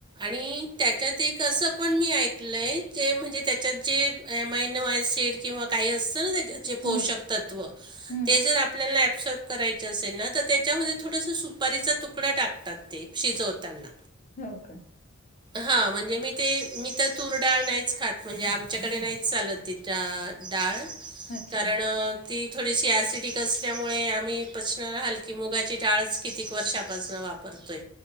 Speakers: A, on the right; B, on the left.
A: आणि त्याच्यात एक असं पण मी ऐकलंय ते म्हणजे त्याच्यात जे एम आय नो ऍसिड किंवा काय असत ना ते त्याचे
B: हम्म
A: पोषक तत्व
B: हम्म
A: ते जर आपल्याला ऍबसोब करायच असेल ना तर त्याच्यामध्ये थोडंसं सुपारीचा तुकडा टाकतात ते शिजवताना
B: हो का?
A: हा म्हणजे मी ते मी तर तुरडाळ नाहीच खात म्हणजे आमच्याकडे नाहीच चालत ती त्या डाळ
B: अच्छा
A: कारण ती थोडीशी ॲसिडिक असल्यामुळे आम्ही पचनाला हलकी मुगाची डाळच कितीक वर्षापासून वापरतो परतोय